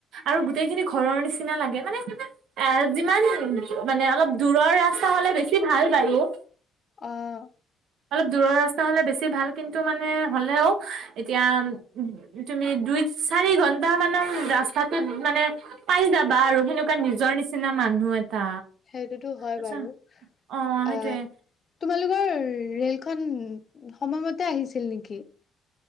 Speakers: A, on the right (about 65°); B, on the left (about 35°).
A: আৰু গোটেই খিনি ঘৰৰ নিচিনা লাগে, মানে এ যিমান মানে অলপ দূৰৰ ৰাস্তা হলে বেছি ভাল বাৰু।
B: আহ।
A: অলপ দূৰৰ ৰাস্তা হলে বেছি ভাল কিন্তু মানে হলেও, এতিয়া তুমি দুই চাৰি ঘন্টা মানে ৰাস্তাটোত, মানে পাই যাবা আৰু সেনেকুৱা নিজৰ নিচিনা মানুহ এটা
B: সেইটোতো হয়
A: আচ্ছা
B: বাৰু,
A: অ সেইটোয়ে
B: আ, তোমালোকৰ ৰেলখন, সময়মতে আহিছিল নেকি?